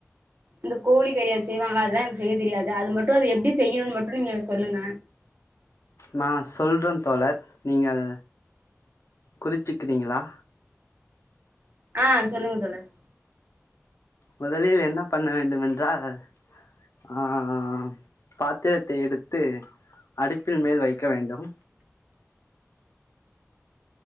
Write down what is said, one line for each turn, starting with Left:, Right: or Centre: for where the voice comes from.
Right: இந்த கோழிக்கறி செய்வாங்களா அததான் எனங்கு செய்ய தெரியாது அது மட்டும் அதது எப்படி செய்யணும்னு மட்டும் நீங்க சொல்லுங்க
Left: நான் சொல்றேன் தோழர் நீங்கள் குறிச்சுக்கிறீங்களா
Right: ஆஹ் சொல்லுங்க தோழர்
Left: முதலில் என்ன பண்ண வேண்டும் என்றால் ஆஹ் பாத்திரத்தை எடுத்து அடுப்பில் மேல் வைக்க வேண்டும்